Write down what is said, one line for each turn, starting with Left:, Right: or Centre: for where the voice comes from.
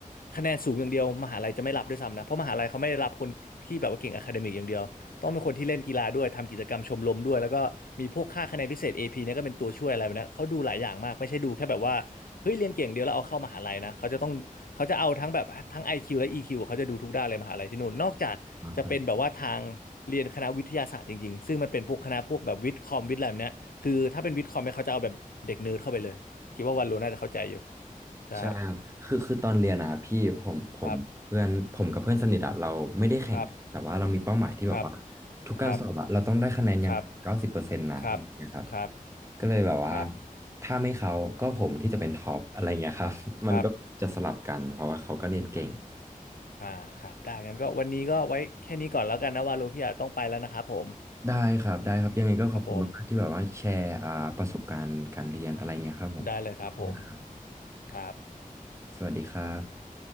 Left: คะแนนสูงอย่างเดียวมหาลัยจะไม่รับด้วยซ้ำนะเพราะมหาลัยเขาไม่ได้รับคนที่แบบว่าเก่งอะคาเดมิกอย่างเดียวต้องเป็นคนที่เล่นกีฬาด้วยทำกิจกรรมชมรมด้วยแล้วก็มีพวกค่าคะแนนพิเศษ AP เนี่ยก็เป็นตัวช่วยอะไรแบบนี้ยเขาดูหลายอย่างมากไม่ใช่ดูแค่แบบว่า เฮ้ยเรียนเก่งเดียวแล้วเอาเข้ามหาลัยนะเขาจะต้องเขาจะเอาทั้งแบบทั้ง IQ และอีคิวเขาจะดูทุกด้านเลยมหาลัยที่นู่นนอกจากจะเป็นแบบว่าทางเรียนคณะวิทยาศาสตร์จริงๆซึ่งมันเป็นพวกคณะพวกแบบวิทย์คอมวิทย์อะไรแบบเนี้ยคือถ้าเป็นวิทย์คอมเนี่ยเขาจะเอาแบบเด็กเนิร์ดเข้าไปเลยคิดว่าวันรน่าจะเข้าใจอยู่
Right: นะครับ
Left: ใช่
Right: ใช่ครับคือคือตอนเรียนนะครับพี่ผมผมเพื่อนผมกับเพื่อนสนิทอะเราไม่ได้แข่งกันแต่ว่าเรามีเป้าหมายที่แบบว่า
Left: ครับครับครับ
Right: ทุกการสอบอะเราต้องได้คะแนนอย่างเก้าสิบเปอร์เซ็นต์นะอะไรอย่างเงี้ยครับ
Left: ครับครับครับครับ
Right: ก็เลยแบบว่า
Left: ครับ
Right: ถ้าไม่เขาก็ผมที่จะเป็นท็อปอะไรเงี้ยครับ <laughs>
Left: ครับ
Right: มันก็จะสลับกันเพราะว่าเขาก็เรียนเก่ง
Left: อ่าอ่าครับได้งั้นก็วันนี้ก็ไว้แค่นี้ก่อนแล้วกันนะว่ารูพี่อาจต้องไปแล้วนะครับผม
Right: ได้ครับได้ครับยังไงก็ขอบคุณมากๆที่แบบว่าแชร์อ่าประสบการณ์การเรียนอะไรเงี้ยครับผมขอบคุณนะครับ
Left: ครับผมได้เลยครับผมครับ
Right: สวัสดีครับ